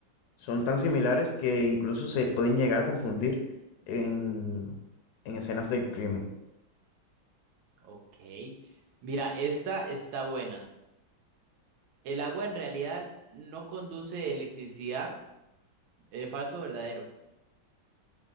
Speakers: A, on the left (about 75°); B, on the right (about 80°).
A: son tan similares que incluso se pueden llegar a confundir en, en escenas del crimen.
B: Ok, mira, esta está buena. El agua en realidad no conduce electricidad, eh, falso o verdadero.